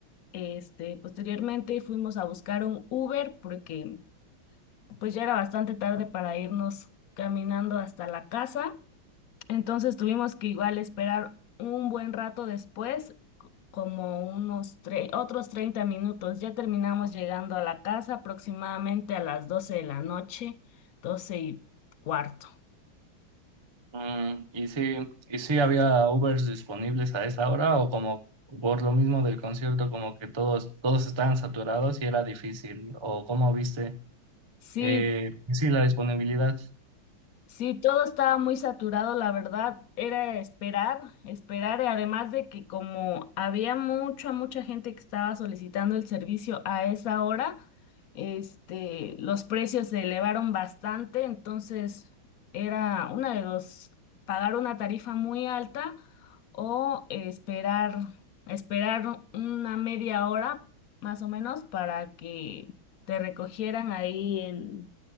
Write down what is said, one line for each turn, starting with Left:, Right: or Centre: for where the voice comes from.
Left: este, posteriormente fuimos a buscar un Uber porque pues ya era bastante tarde para irnos caminando hasta la casa, entonces tuvimos que igual esperar un buen rato después, c- como unos tre- otros 30 minutos. Ya terminamos llegando a la casa aproximadamente a las 12 de la noche, doce y cuarto.
Right: Mm, ¿y si, y si había Ubers disponibles a esa hora o como por lo mismo del concierto, como que todos, todos estaban saturados y era difícil? ¿O cómo viste?
Left: Sí,
Right: Eh, y sí, la disponibilidad.
Left: Sí, todo estaba muy saturado, la verdad, era esperar, esperar, y además de que como había mucha, mucha gente que estaba solicitando el servicio a esa hora, este, los precios se elevaron bastante, entonces era una de dos, pagar una tarifa muy alta o esperar, esperar una media hora más o menos para que te recogieran ahí en